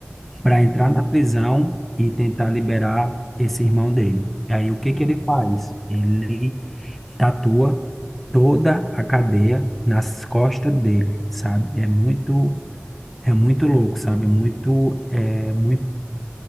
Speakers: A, on the right; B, in the centre.
A: uhum,
B: para entrar na prisão e tentar liberar esse irmão dele. E aí
A: uhum,
B: o que que ele faz? Ele tatua toda a cadeia nas costas dele, sabe? É muito
A: uhum.
B: é muito louco, sabe? É muito é muito